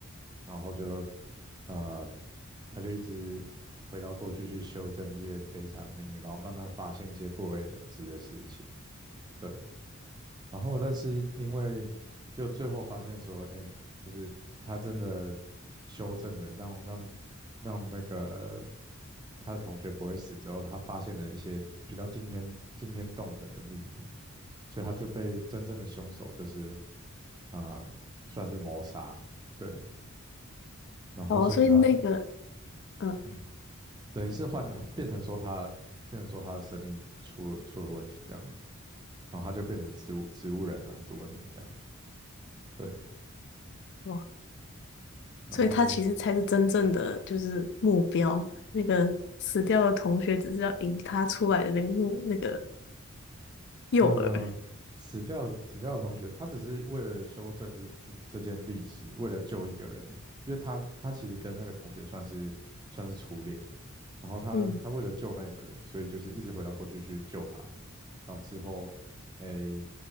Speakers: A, on the right; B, on the left.
A: 然后就呃，他就一直回到过去去修正这些悲惨的命运，然后慢慢发现一些不为人知的事情。对，然后但是因为就最后发现说，哎，就是他真的修正了，让让让那个他的同学不会死之后，他发现了一些比较惊天惊天动人的秘密，所以他就被真正的凶手就是啊、算是谋杀。对，然后所以他
B: 哦，所以那个，嗯，
A: 嗯。等于是换了，变成说他变成说他的生命出了出了问题这样子，然后他就变成植物植物人了很多年这样，对，
B: 哇，
A: 然后
B: 所以他其实才是真正的就是目标，那个死掉的同学只是要引他出来的那个目那个诱饵。
A: 没有没有死掉死掉的同学，他只是为了修正这这这件历史，为了救一个人，因为他他其实跟那个同学算是算是初恋，然后他他为了救那个人，
B: 嗯，
A: 所以就是一直回到过去去救他，到之后，诶，